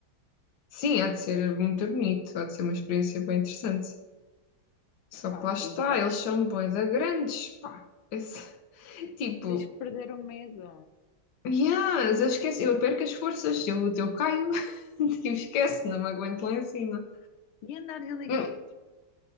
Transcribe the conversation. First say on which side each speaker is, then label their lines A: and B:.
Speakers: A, on the left; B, on the left.
A: Sim, há de ser muito bonito, há de ser uma experiência bem interessante. Só
B: Pá,
A: que lá está,
B: e já
A: eles
B: que
A: são bué da grandes, pá. Esse- <laughs> tipo,
B: tens que perder o medo.
A: yes, eu esqueço, eu perco as forças, eu, eu caio, <laughs> tipo, esquece, não me aguento lá em cima.
B: E andar de helicóptero?
A: Hum,